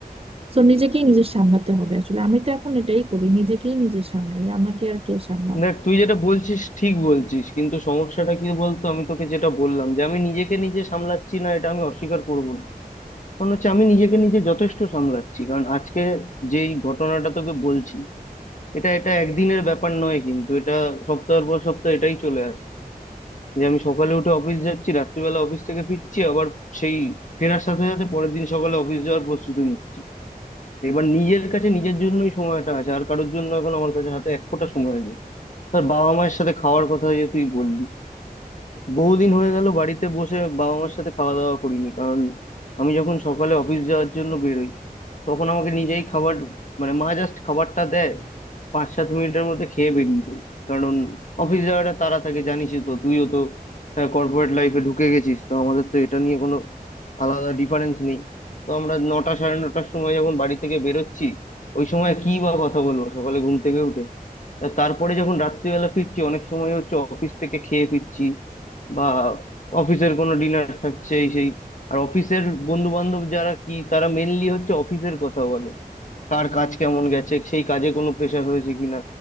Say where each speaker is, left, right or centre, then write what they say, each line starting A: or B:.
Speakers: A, on the right; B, on the left.
A: তো নিজেকেই নিজের সামলাতে হবে আসলে আমি তো এখন এটাই করি নিজেকেই নিজের সামলাই আমাকে আর কে সামলাবে
B: দেখ তুই যেটা বলছিস ঠিক বলছিস কিন্তু সমস্যাটা কি বলতো আমি তোকে যেটা বললাম যে আমি নিজেকে নিজে সামলাচ্ছি না এটা আমি অস্বীকার করব না কারণ হচ্ছে আমি নিজেকে নিজে যথেষ্ট সামলাচ্ছি কারণ আজকে যেই ঘটনাটা তোকে বলছি এটা এটা একদিনের ব্যাপার নয় কিন্তু এটা সপ্তাহের পর সপ্তাহ এটাই চলে আসছে যে আমি সকালে উঠে অফিস যাচ্ছি রাত্রিবেলা অফিস থেকে ফিরছি আবার সেই ফেরার সাথে সাথে পরের দিন সকালে অফিস যাওয়ার প্রস্তুতি নিচ্ছি এবার নিজের কাছে নিজের জন্যই সময়টা আছে আর কারোর জন্য এখন আমার কাছে হাতে এক ফোঁটা সময় নেই তোর বাবা মায়ের সাথে খাওয়ার কথা যে তুই বললি বহুদিন হয়ে গেল বাড়িতে বসে বাবা মার সাথে খাওয়া দাওয়া করিনি কারণ আমি যখন সকালে অফিস যাওয়ার জন্য বেরোই তখন আমাকে নিজেই খাবার মানে মা জাস্ট খাবারটা দেয় পাঁচ সাত মিনিটের মধ্যে খেয়ে বেরিয়ে যাই কারণ অফিস যাওয়াটা তাড়া থাকে জানিসই তো তুইও তো কর্পোরেট লাইফে ঢুকে গেছিস তো আমাদের তো এটা নিয়ে কোনো আলাদা ডিফারেন্স নেই তো আমরা নটা সাড়ে নটার সময় যখন বাড়ি থেকে বেরোচ্ছি ওই সময় কি বা কথা বলবো সকালে ঘুম থেকে উঠে তা তারপরে যখন রাত্রিবেলা ফিরছি অনেক সময় হচ্ছে অফিস থেকে খেয়ে ফিরছি বা অফিসের কোনো ডিনার থাকছে এই সেই আর অফিসের বন্ধু বান্ধব যারা কি তারা মেনলি হচ্ছে অফিসের কথা বলে কার কাজ কেমন গেছে সেই কাজে কোনো প্রেশার হয়েছে কিনা